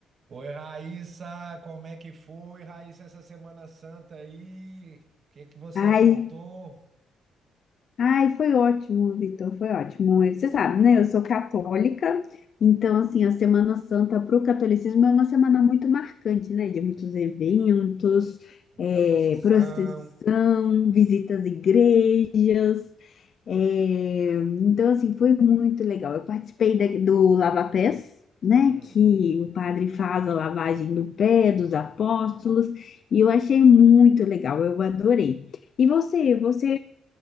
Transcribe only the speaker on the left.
Ai,
ai, foi ótimo, Vitor, foi ótimo. Você sabe, né? Eu sou católica, então, assim, a Semana Santa para o catolicismo é uma semana muito marcante, né? De muitos eventos,
eh,
procissão, visitas às igrejas. eh, então, assim, foi muito legal. Eu participei da- do Lava Pés, né?
Que o padre faz a lavagem do pé dos apóstolos, e eu achei muito legal, eu adorei. E você, você,